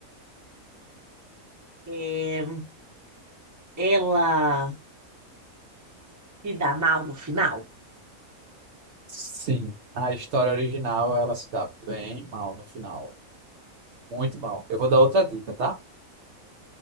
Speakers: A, on the right (about 15°); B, on the right (about 60°).
A: É, ela se dá mal no final.
B: Sim, a história original ela se dá bem mal no final, muito mal. Eu vou dar outra dica, tá?